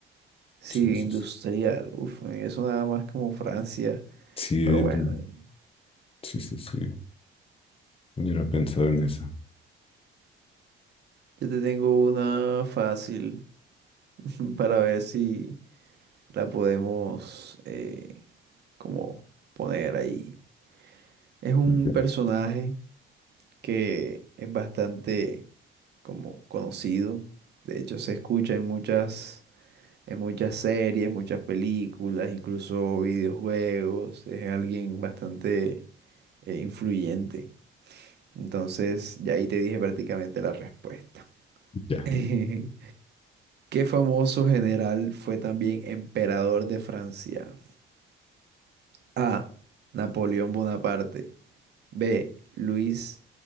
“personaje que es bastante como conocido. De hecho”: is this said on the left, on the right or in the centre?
Right